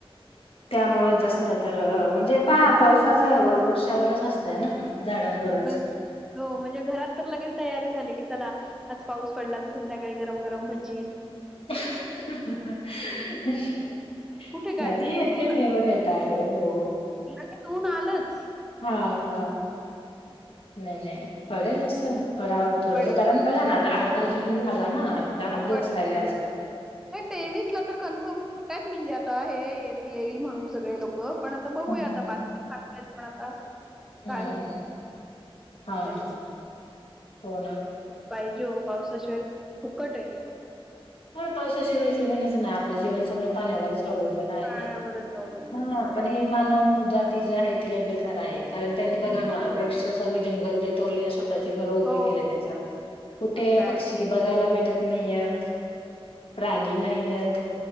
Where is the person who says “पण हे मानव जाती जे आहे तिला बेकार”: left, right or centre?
Left